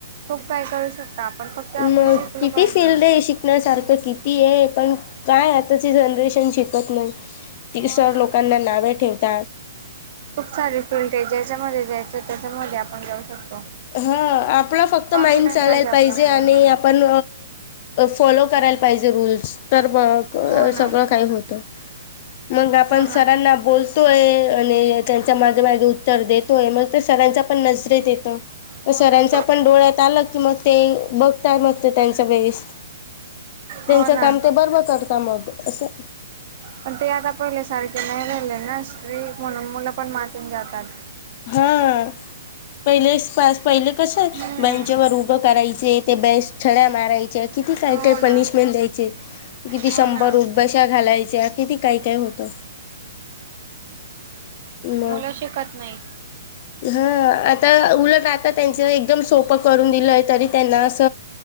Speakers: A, on the right; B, on the left.
A: खूप काही करू शकतो आपण फक्त आपण
B: मग
A: शिकलो
B: किती
A: पाहिजे
B: फिल्ड आहे. शिकण्यासारखं किती, ती आहे पण काय आताची जनरेशन शिक, नाही तिसर
A: हो ना
B: लोकांना नावे ठेवत.
A: खूप सारी फिल्ड आहे. ज्याच्यामध्ये जायचें त्याच्यामध्ये आपण जाऊ शकतो.
B: हा आपला फक्त
A: कॉन्फिडन्स
B: माइंड चालायला
A: आपल्यामध्ये
B: पाहिजे. आणि आपण, फॉलो करायला पाहिजे, रूल्स तर मग
A: हो ना
B: सगळं काही होतं. मग आपण
A: हो ना
B: सरांना बोलतोय, आणि त्यांच्या मागे मागे उत्तर देतोय मग ते सगळ्यांचा पण नजरेत येतो.
A: हो
B: सरांच्या
A: ना
B: पण डोळ्यात आलं की मग ते बघतात मग ते त्यांचा परीस, त्यांचं
A: हो ना
B: काम ते बर्बर करत मग असं.
A: पण ते आता पहिले सारखे नाही राेले ना्री म्हणून मुलं पण मातून जातात.
B: हा पहिले पहिले कस आहे
A: हम्म
B: बँचेवर, करायचे ते बेस छड्या मारायचे किती काही
A: हो ना
B: पनिशमेंट द्यायचे. किती
A: हो
B: शंभर
A: ना
B: उठबशा घालायच्या किती काय काय होतं. मग
A: मुला शिकत नाही.
B: हा आता उलट राहता त्यांच एकदम सोप, करून दिलं तरी त्यांना अस